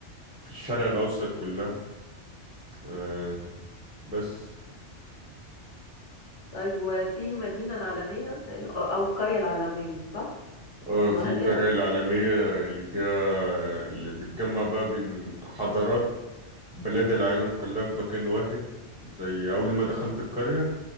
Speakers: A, in the centre; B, on the left.
A: في الشرق الأوسط كلها آه، بس
B: طيب وفي المدينة العالمية تقريبا أو أو القرية العالمية صح
A: آه،
B: اسمها
A: في القرية
B: كده
A: العالمية اللي فيها اللي بتجمع بقى بين حضارات بلاد العالم كلها في مكان واحد زي أول ما دخلت القرية